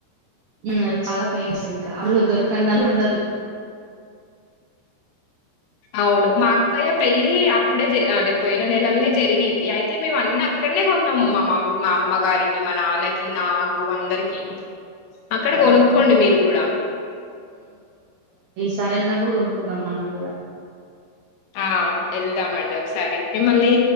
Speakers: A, on the right; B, on the left.
A: ఉ అది చాలా ఫేమస్ ఇంకా. హరులో దొర్కదన్ ఉండదు.
B: అవును. మా అక్కయ్య పెళ్లి అప్పుడే. జరి ఆ అంటే పోయిన నెల లనే జరిగింది. అయితే మేము అన్ని అక్కడనే కొన్నాము. మా మమ్మీ మా అమ్మగారికి, మా నాన్నకి, నాకు అందరికి. అక్కడ
A: అవును
B: కొనుక్కోండి మీరు కూడా.
A: ఇసారి వెళ్ళినప్పుడు కొనుక్కుందాం. మనం కూడా.
B: ఆ వెళ్దామండి ఒకసారి. మిమ్మల్ని